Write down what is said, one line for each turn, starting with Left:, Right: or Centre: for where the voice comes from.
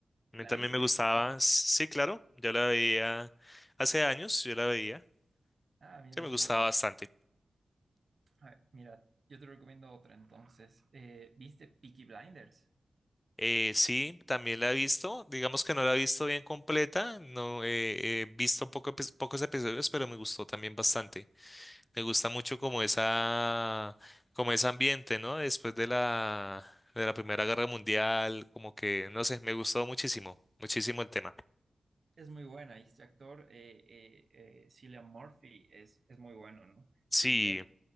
Left: A
Right: ¿La
Left: mí también
Right: viste?
Left: me gustaba.
Right: Entonces,
Left: Sí, claro, yo la veía hace años, yo la veía,
Right: ah, mira,
Left: que me gustaba
Right: qué bueno.
Left: bastante.
Right: A ver, mira, yo te recomiendo otra entonces. Eh, ¿viste Peaky Blinders?
Left: Eh, sí, también la he visto. Digamos que no la he visto bien completa. No eh, he visto poco epi- pocos episodios, pero me gustó también bastante. Me gusta mucho como esa, como ese ambiente, ¿no? Después de la, de la Primera Guerra Mundial, como que, no sé, me gustó muchísimo, muchísimo el tema.
Right: Es muy buena, y este actor, eh, eh, eh, Cillian Murphy, es, es muy bueno, ¿no?
Left: Sí,
Right: Y ve-